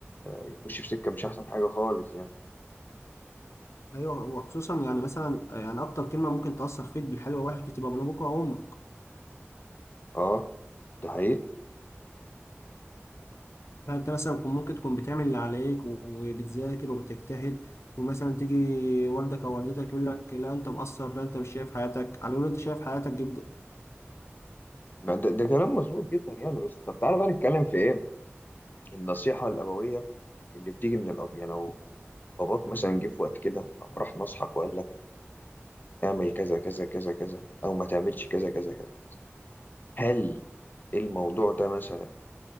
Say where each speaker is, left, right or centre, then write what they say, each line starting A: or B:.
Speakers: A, on the left; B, on the left.
A: يخش في سكة مش احسن حاجة خالص يعني
B: ايوه وخصوصا يعني مثلا يعني اكتر كلمه ممكن تاثر فيك بالحلو والوحش بتبقى من ابوك او امك
A: اه ده حقيقي
B: يعني انت مثلا كن- ممكن تكون بتعمل اللي عليك وبتذاكر وبتجتهد ومثلا تيجي والدك او والدتك يقول لك لا انت مقصر لا انت مش شايف حياتك على ان انت شايف حياتك جدا
A: لا، ده, ده كلام مظبوط جدا يعني بس طب تعالى بقى نتكلم في ايه النصيحة الأبوية اللي بتيجي من الأب يعني لو باباك مثلا جه في وقت كده قام راح نصحك وقال لك اعمل كذا كذا كذا كذا أو ما تعملش كذا كذا كذا كذا هل الموضوع ده مثلا